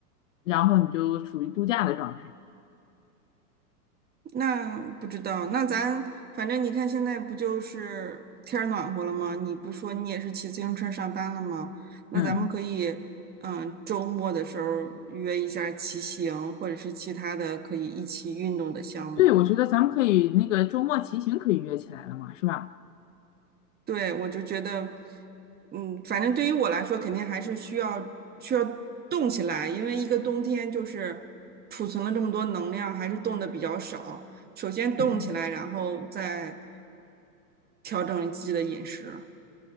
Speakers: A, on the left; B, on the right.
A: 然后你就处于度假的状态。
B: 那不知道，那咱反正你看现在不就是天儿暖和了吗？你不说你也是骑自行车上班了吗？那咱们可以，
A: 嗯，
B: 嗯，周末的时候约一下骑行，或者是其他的可以一起运动的项目。
A: 对，我觉得咱们可以那个周末骑行可以约起来了嘛，是吧？
B: 对，我就觉得，嗯，反正对于我来说，肯定还是需要需要动起来，因为一个冬天就是储存了这么多能量，还是动的比较少。首先动起来，
A: 嗯。
B: 然后再调整自己的饮食。